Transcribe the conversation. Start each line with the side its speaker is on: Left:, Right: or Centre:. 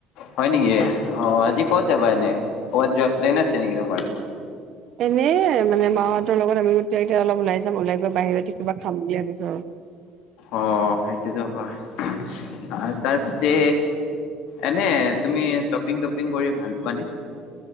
Left: হয় নেকি? অ'! আজি ক'ত
Right: উম
Left: যাবা এনে? ক'ৰবাত যোৱা প্লেন আছে নেকি তোমাৰ?
Right: এনেই মানে, মা হঁতৰ লগত আবেলি <unintelligible> এতিয়া অলপ ওলাই যাম। ওলাই গৈ, বাহিৰতে কিবা খাম বুলি ভাবিছোঁ আৰু।
Left: অ'! সেইটোতো হয় আৰু তাৰপিছে
Right: উম
Left: এনে, তুমি শ্বপিং টপিং কৰি ভাল পোৱানে?